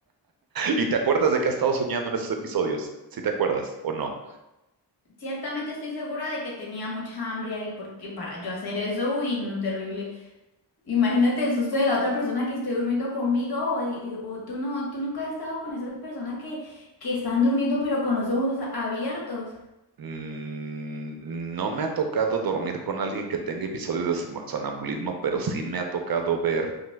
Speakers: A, on the right; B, on the left.
A: ¿Y te acuerdas de qué has estado soñando en esos episodios? ¿Sí te acuerdas o no?
B: Ciertamente estoy segura de que tenía mucha hambre ahí, porque para yo hacer eso, uy, no, terrible. Imagínate el susto de la otra persona que esté durmiendo conmigo, o, y- o tú no, tú nunca has estado con esas personas que, que están durmiendo pero con los ojos abiertos.
A: Mm, no me ha tocado dormir con alguien que tenga episodios de som- sonambulismo, pero sí me ha tocado ver